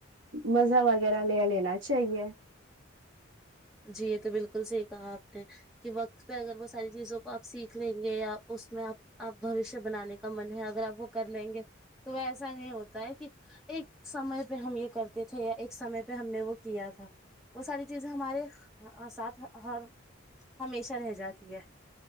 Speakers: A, on the right; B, in the centre.
A: مزہ وغیرہ لے لینا چاہیے
B: جی یہ تو بالکل صحی کہا آپ نے کہ وقت پہ اگر وہ ساری چیزوں کو آپ سیکھ لیں گے یا اس میں آپ آپ بوشیہ بنانے کا من ہے اگر آپ وہ کر لیں گے تو ایسا نہیں ہوتا ہے کہ توچ ایک سمے پہ ہم یہ کرتے تھے یا ایک سمے پہ پہ ہم نے وہ کیا تھا وہ ساری چیزیں ہمارے ساتھ ہر ہمیشہ رہ جاتی ہے